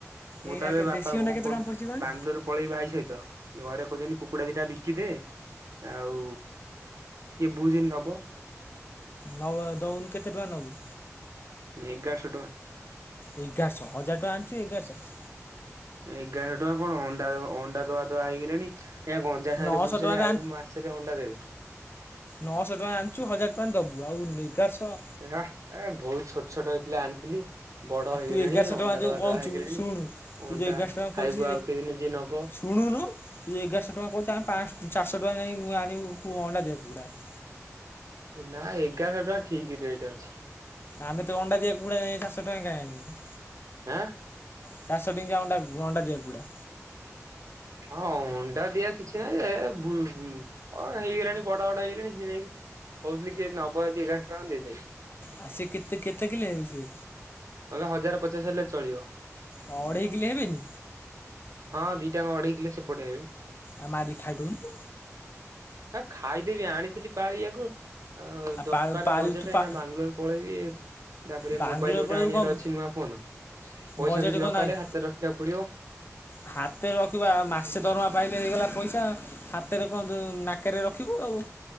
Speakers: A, on the right (about 80°); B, on the left (about 45°).
A: ମୁଁ
B: ଏଇନା
A: ତ ଏବେ ବାପା
B: ଦେଶୀ ଅଣ୍ଡା
A: କଣ
B: କେତେ
A: କହୁଛି
B: ଟଙ୍କା ପଡ଼ିଛି କହନି?
A: ବାଙ୍ଗାଲୋରରେ ପଳେଇବି ଭାଇ ସହିତ ଘରେ କହୁଛନ୍ତି କୁ କୁକୁଡ଼ା ଦିଟା ବିକି ଦେ ଆଉ କିଏ ବୁଝେନି ନବ?
B: ନବ ଦଉନୁ କେତେ ଟଙ୍କା ନବୁ?
A: ଏକଗାର ସହ ଟଙ୍କା।
B: ଏଗାରଶହ ହଜାର ଟଙ୍କା ଆଣିଛୁ ଏଗାରଶହ।
A: ଏଗାର ଟଙ୍କା କଣ ଅଣ୍ଡା -ଅଣ୍ଡା <unintelligible> ଆଜ୍ଞା ଗଞ୍ଜା ସାଙ୍ଗେରେ
B: ନଅଶହ
A: ବୁଲୁଚନ୍ତି
B: ଟଙ୍କାରେ
A: ଆଉ ମାସେରେ ଅଣ୍ଡା ଦେବେ।
B: ନଅଶ ଟଙ୍କା ଆଣିଚୁ ହଜାର୍ ଟଙ୍କା ଦବୁ ଆଉ ଏଗାରଶ୍
A: ଏହା ଏ - ବହୁତ ଛୋଟ ଛୋଟ ହେଇଥିଲା ଆଣିଥିଲି। ବଡ
B: ଆଉ
A: ହେଇଗଲେଣି
B: ତୁ ଏଗାରଶହ
A: ଅଣ୍ଡା
B: ଟଙ୍କା ଯୋଉ
A: ଦବା-
B: କହୁଛୁ
A: ଦବା ହେଇଗଲେଣି
B: ଶୁଣୁ ତୁ
A: ଅଣ୍ଡା
B: ଯୋଉ ଏଗାରଶହ ଟଙ୍କା କହୁଛି
A: ଖାଇବୁ ଆଉ କେତେଦିନ ଯିଏ ନବ
B: ଶୁଣୁନୁ ତୁ ଏଗାରଶ୍ ଟଙ୍କା କହୁଚୁ ଆମେ <unintelligible> ଟଙ୍କା ଦେଇ ମୁଁ ଆଣିବୁ ଅଣ୍ଡା ଦିଆ। <unintelligible>
A: ନା ଏଗାରଶ୍ ଟଙ୍କା ଠିକି ରେଟେ ଅଛି।
B: ଆମେ ତ ଅଣ୍ଡା ଦିଆ କୁକୁଡା ଏ- ଚାରିଶ ଟଙ୍କା <unintelligible> ଆଣିବୁ।
A: ଆଁ
B: ଚାରିଶ ଟଙ୍କିଆ ଅଣ୍ଡା -ଅଣ୍ଡା ଦିଆ କୁକୁଡା।
A: ହଁ ଅଣ୍ଡା ଦିଆ କିଛି ନାହିଁ ଯେ ଏ-ବୁ-ଅ-ହେଇଗଲାଣି ବଡ ବଡ ହେଇଗଲେଣି ସେ ଯାଇ କହୁଥିଲି କିଏ ନବ ଯଦି ଏଗାରଶ୍ ଟଙ୍କା ଦେଇଦେବି।
B: ଆଉ ସେ କେତେ- କେତେ କିଲେ ହେବେ ସେ?
A: ନହେଲେ ହଜାରେ ପଚାଶେ ହେଲେ ଚଳିବ।
B: ଅଢ଼େଇ କିଲେ ହେବେନି
A: ହଁ ଦିଟାଙ୍କ ଅଢେଇକିଲେ ସେପଟେ ହେବେ।
B: ଆଉ ମାରି ଖାଇ ଦଉନୁ।
A: ନା ଖାଇଦେବି ଆଣିଥିଲି ପାଳିବାକୁ। ଆଉ ଦକାରେ
B: ପାଳ ପାଳି
A: ବଜେଟେ
B: ତୁ ପା
A: ଏଇନା ବାଙ୍ଗାଲୋର୍ ପଳେଇବି। ତାପରେ
B: ବାଙ୍ଗଲୋର
A: ମୋବାଇଲି ଗୋଟେ
B: ପଳେଇବୁ
A: ଆଣିବାର
B: କଣ
A: ଅଛି ନୂଆ ଫୋନ ପଇସା
B: ବଜେଟ୍
A: କିଛି
B: କଣ
A: ଦକାରେ
B: ନାହିଁ
A: ହାତରେ ରଖିବାକୁ ପଡିବ।
B: ହାତରେ ରଖିବା ମାସେ ଦରମା ପାଇଲେ ହେଇଗଲା ପଇସା ହାତ୍ ହାତରେ କଣ୍ ତୁ ନାକେରେ ରଖିବୁ ଆଉ।